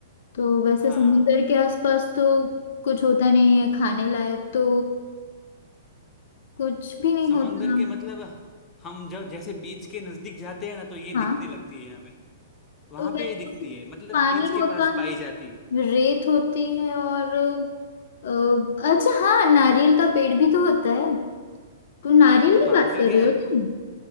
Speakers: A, on the left; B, on the left.
A: तो वैसे
B: हाँ
A: समुंदर के आसपास तो कुछ होता नहीं है खाने लायक तो कुछ भी नहीं
B: समंदर
A: होता
B: के मतलब हम जब जैसे बीच के नजदीक जाते हैं ना तो ये
A: हाँ
B: दिखने लगती है हमें वहां
A: तो वैसे
B: पे ये दिखती है मतलब
A: पानी
B: बीच के
A: होता
B: पास
A: है
B: पाई जाती है
A: रेत होती है और अ, अच्छा हाँ नारियल का पेड़ भी तो होता है तुम नारियल
B: हाँ तो
A: की
B: आंसर
A: बात कर
B: क्या
A: रहे हो
B: है
A: तुम